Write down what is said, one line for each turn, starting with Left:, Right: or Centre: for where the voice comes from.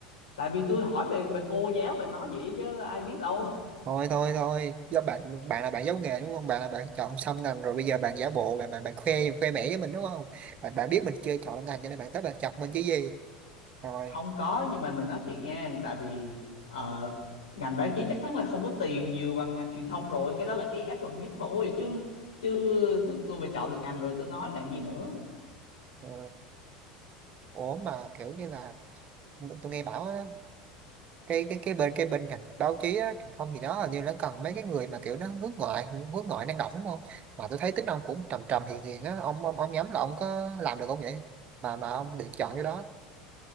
Left: tại vì tôi hỏi về về cô giáo bạn nói vậy chứ ai biết đâu
Right: thôi thôi thôi do bạn bạn là bạn giấu nghề đúng không bạn là bạn chọn xong ngành rồi bây giờ bạn giả bộ bạn bạn, bạn khoe khoe mẽ với mình đúng không bạn bạn biết mình chưa chọn ngành cho nên bạn tới bạn chọc mình chứ gì
Left: <laughs>
Right: rồi
Left: không có nhưng mà mình nói thiệt nha tại vì ờ, ngành báo chí chắc chắn là không có tiền nhiều bằng ngành truyền thông rồi cái đó là cái áp lực nhất thôi chứ chứ tôi, tôi mà chọn được ngành rồi tôi nói làm gì nữa
Right: ờ, ủa mà kiểu như là tôi nghe bảo á, cái cái cái bên cái bên cạnh báo chí á, truyền thông gì đó hình như nó cần mấy cái người mà kiểu nó hướng ngoại hướng ngoại năng động đúng không mà tôi thấy tính ông cũng trầm trầm hiền hiền á ông ông ông nhắm là ông có làm được không vậy mà mà ông được chọn cái đó